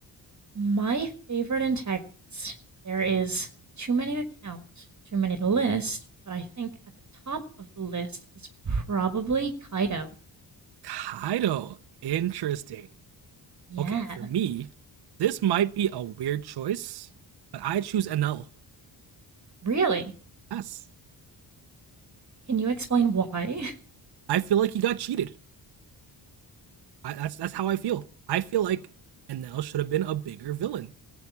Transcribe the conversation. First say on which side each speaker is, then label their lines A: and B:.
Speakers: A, on the right; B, on the right.
A: My favorite antagonist. There is too many to count, too many to list, but I think at the top of the list is probably Kaido.
B: Kaido. Interesting.
A: Yes.
B: Okay, for me, this might be a weird choice, but I choose NL.
A: Really?
B: Yes,
A: Can you explain why? <laughs>
B: I feel like he got cheated. I, that's that's how I feel. I feel like NL should have been a bigger villain.